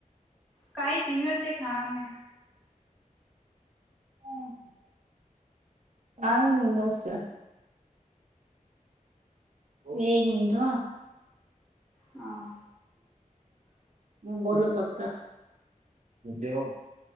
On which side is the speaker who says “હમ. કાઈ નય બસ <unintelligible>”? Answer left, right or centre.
Right